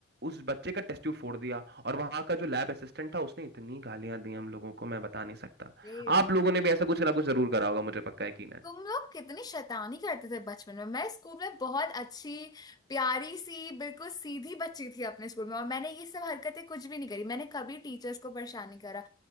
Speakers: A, on the right; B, on the left.
A: उस बच्चे का टेस्ट ट्यूब फोड़ दिया और वहां का जो लैब असिस्टेंट था उसने इतनी गालियां दी हम लोगों को मैं बता नहीं सकता
B: <laughs>
A: आप लोगों ने भी ऐसा कुछ ना कुछ जरूर करा होगा मुझे पक्का यकीन है
B: तुम लोग कितनी शैतानी करते थे बचपन में मैं स्कूल में बहुत अच्छी प्यारी सी बिल्कुल सीधी बच्ची थी अपने स्कूल में और मैंने ये सब हरकतें कुछ भी नहीं करी मैंने कभी टीचर्स को परेशान नहीं करा